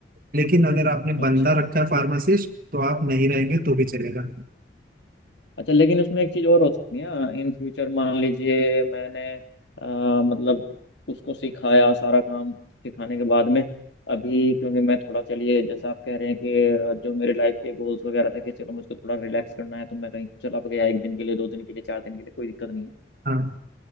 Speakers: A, on the right (about 45°); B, on the left (about 70°).
A: लेकिन अगर आपने
B: अच्छा
A: बंदा रखा है फार्मासिस्ट तो आप नहीं रहेंगे तो भी चलेगा
B: अच्छा लेकिन उसमें एक चीज़ और हो सकती है इन फ्यूचर मान लीजिए मैंने अ, मतलब उसको सिखाया सारा काम सिखाने के बाद में अभी क्योंकि मैं थोड़ा चलिए जैसा आप कह रहे हैं कि अ, जो मेरे लाइफ के गोल्स वगैरह थे कि चलो मुझको थोड़ा रिलैक्स करना है तो मैं कहीं चला भी गया एक दिन के लिए दो दिन के लिए चार दिन के लिए कोई दिक्कत नहीं है
A: हाँ